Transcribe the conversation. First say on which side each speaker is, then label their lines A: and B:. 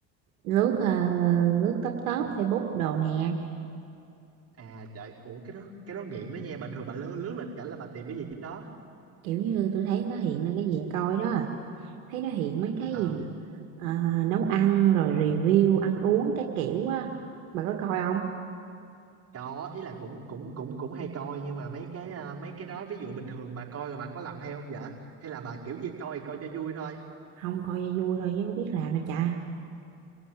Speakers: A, on the right; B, on the right.
A: lướt ờ, lướt top top Facebook đồ nè
B: à trời ủa cái đó cái đó nghiện đó nha bình thường bà lướt lướt lên chảnh là bà tìm cái gì trên đó
A: kiểu như tôi thấy nó hiện lên cái gì là coi đó thấy nó hiện mấy cái
B: ờ
A: gì mà ờ, nấu ăn rồi review ăn uống cái kiểu á bà có coi không
B: có ý là cũng cũng cũng cũng hay coi nhưng mà mấy cái à, mấy cái đó ví dụ bình thường bà coi rồi bà có làm theo không vậy hay là bà kiểu như coi coi cho vui thôi
A: không coi cho vui thôi chứ có biết làm đâu cha